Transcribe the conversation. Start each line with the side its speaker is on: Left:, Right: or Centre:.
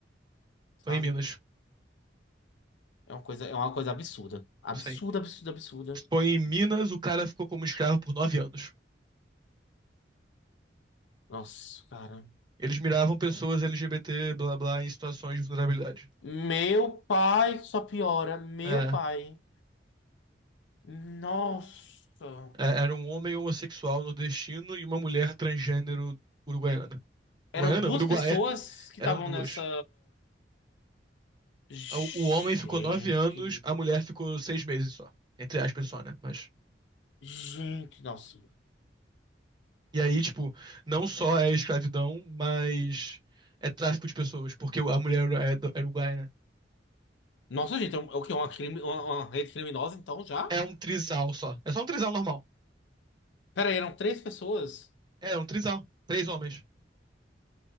Left: sabe?
Right: foi em Minas.
Left: É uma coisa, é uma coisa absurda. Absurda,
Right: Sim.
Left: absurda, absurda.
Right: Foi em Minas, o cara ficou como escravo por nove anos.
Left: Nossa, cara.
Right: Eles miravam pessoas LGBT, blá blá, em situações de vulnerabilidade.
Left: Meu pai, só piora. Meu
Right: É,
Left: pai. Nossa.
Right: é, era um homem homossexual nordestino e uma mulher transgênero uruguaiana.
Left: Eram
Right: Uruguaiana?
Left: duas
Right: Uruguaia.
Left: pessoas que
Right: Eram
Left: estavam
Right: duas.
Left: nessa. Gente.
Right: O, o homem ficou nove anos, a mulher ficou seis meses só. Entre aspas só, né? Mas.
Left: Gente, nossa.
Right: E aí, tipo, não só é escravidão, mas é tráfico de pessoas, porque a mulher é, do- é uruguaia, né?
Left: Nossa, gente, é um- é o que? Uma, crime, uma, uma rede criminosa, então, já?
Right: É um trisal só. É só um trisal normal.
Left: Pera aí, eram três pessoas?
Right: É é um trisal. Três homens.